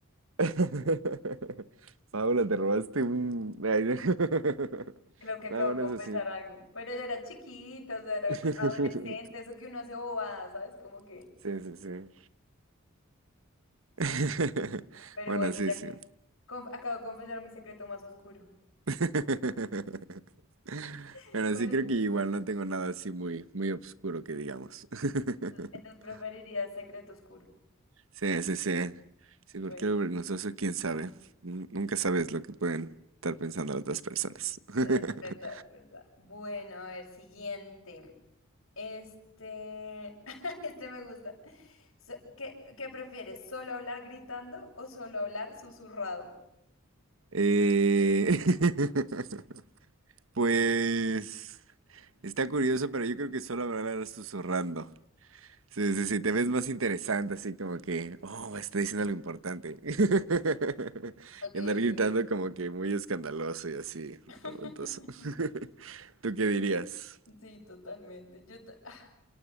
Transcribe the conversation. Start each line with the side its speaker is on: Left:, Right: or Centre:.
Right: <laughs> Paula, te robaste un... Ay, no. <laughs>
Left: <laughs> Creo que acabo
Right: No, bueno,
Left: de confesar
Right: eso
Left: algo. Pero yo era chiquita, o sea, era
Right: sí.
Left: adolescente,
Right: <laughs>
Left: eso que uno hace bobadas, ¿sabes? Como que
Right: Sí, sí, sí.
Left: sí.
Right: <laughs>
Left: Pero
Right: Bueno,
Left: bueno,
Right: sí,
Left: ya
Right: sí.
Left: conf- acabo de confesar mi secreto más oscuro.
Right: <laughs>
Left: <laughs>
Right: Bueno
Left: ¿Cuál
Right: sí
Left: es?
Right: creo que igual no tengo nada así muy, muy oscuro que digamos. <laughs>
Left: Entonces preferiría secreto oscuro.
Right: Sí, sí, sí. Sí,
Left: Bueno.
Right: porque lo vergonzoso, quién sabe. Nun- Nunca sabes lo que pueden estar pensando las otras personas. <laughs>
Left: Eh, verdad, es verdad. Bueno, a ver, siguiente. Este, <laughs> este me gusta. So- ¿Qué, qué prefieres? ¿Solo hablar gritando o solo hablar susurrado?
Right: Eh, <laughs> Pues está curioso, pero yo creo que solo hablarás susurrando. Sí, sí, sí, te ves más interesante, así como que, oh, está diciendo algo importante. <laughs>
Left: Ok,
Right: Y andar
Left: ok,
Right: gritando
Left: ok.
Right: como que muy escandaloso y así,
Left: <laughs>
Right: revoltoso. <laughs> ¿Tú qué dirías?
Left: Sí, totalmente. Yo ta- ah,